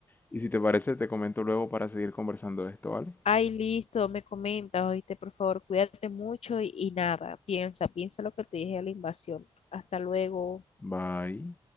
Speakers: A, on the left; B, on the left.
A: Y si te parece, te comento luego para seguir conversando de esto, ¿vale?
B: Ay, listo, me comentas, oíste, por favor, cuídate mucho y, y nada, piensa, piensa lo que te dije de la invasión. Hasta luego.
A: Bye.